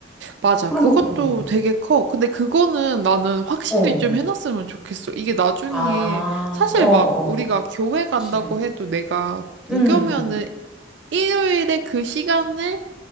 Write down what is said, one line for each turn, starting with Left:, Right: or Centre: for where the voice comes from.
Right: 맞아.
Centre: 어, 그런
Right: 그것도
Centre: 것도 고민되네.
Right: 되게 커. 근데 그거는 나는 확실히
Centre: 어,
Right: 좀 해놨으면 좋겠어. 이게 나중에
Centre: 아,
Right: 사실
Centre: 어, 어,
Right: 막 우리가 교회 간다고
Centre: 그치.
Right: 해도 내가 무교면은
Centre: 음,
Right: 일요일에 그 시간을